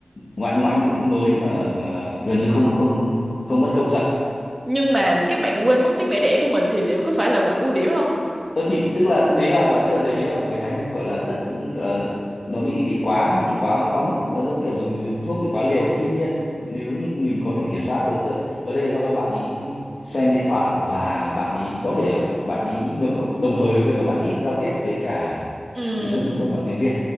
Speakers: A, on the left; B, on the right.
A: ngoại ngoại ngữ mới mà mà gần như không không không mất công dạy
B: nhưng mà các bạn quên mất tiếng mẹ đẻ của mình thì liệu có phải là một ưu điểm không
A: Ờ thì tức là đấy là gọi tức là đấy là cái thái cực gọi là rất gọi là nó bị bị quá bị quá quá mức nó giống kiểu dùng dùng thuốc bị quá liều ấy. Tuy nhiên nếu như mình có thể kiểm soát được tức là ở đây là do bạn ý xem điện thoại và bạn ý có thể là bạn ý ngược đồng thời với việc là bạn ít giao tiếp với cả
B: ừ
A: những người xung quanh bằng tiếng Việt